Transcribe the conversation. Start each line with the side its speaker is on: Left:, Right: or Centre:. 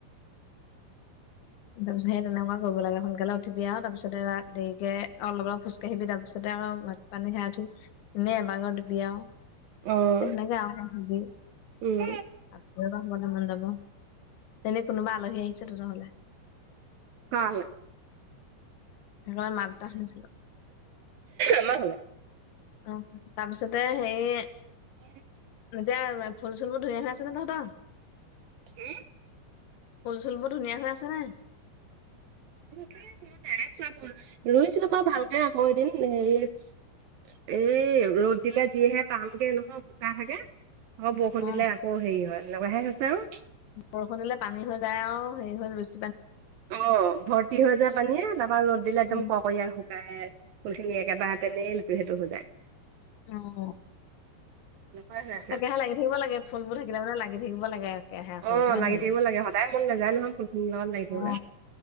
Left: তাপিছত সেই তেনেকুৱা কৰিব লাগে। সোনকালে উঠিবি আৱ, তাপিছতে ৰা দেৰিকে অলপ অলপ খোজ কাঢ়িবি। তাৰপিছতে আকৌ পানী খাই উঠি। ইনে এবাগৰ দিবি আৱ। সেই
Right: অ',
Left: তেনেকে <unintelligible>
Right: উম।
Left: আকৌ এবাৰ শুবলৈ মন যাব, এনেই কোনোবা আলহী আহিছে তেনেহ'লে।
Right: কালে?
Left: সেনেকুৱা মাত এটা শুনিছিলো।
Right: আমাৰ ঘৰলে?
Left: আহ, তাৰপিছতে সেই
Right: নাই
Left: এতিয়া ফুল- চুল বোৰ ধুনীয়া হৈ আছে নে তহঁতৰ?
Right: কি?
Left: ফুল - চুল বোৰ ধুনীয়া হৈ আছে নাই?
Right: নাই চোৱা মই, ৰুইছিলো বাৰু ভালকে আকৌ এদিন হেৰি এই ৰ'দ দুতা যিহে তটামকে নহয় শুকাই থাকে। আকৌ বৰষুণ
Left: অ
Right: দিলে আকৌ হেৰি হয়, লগাহে হৈছে আৰু।
Left: বৰষুণ দিলে পানী হৈ যায় আৰু হেৰি হৈ গৈছ।
Right: অ' ভৰ্তি হৈ যায় পানীয়ে, তাৰপা ৰ'দ দিলে একদম
Left: উম,
Right: ককীয়া শুকায়। ফুলখিনি একেবাৰেহতেলটো সেইটো সুজায়।
Left: অঁ।
Right: হয় হয়।
Left: একে ৰাহে লাগি থিব লাগে ফুলবোৰ থাকিলে মানে লাগি থাকিব লাগে আৰু। কেহে আচলৰত
Right: অ',
Left: হয়
Right: লাগি
Left: নহয়
Right: থাকিব লাগে সদায় মন নাযায় নহয় ফুলখিনিৰ লগত লাগি থাকিবলে।
Left: অ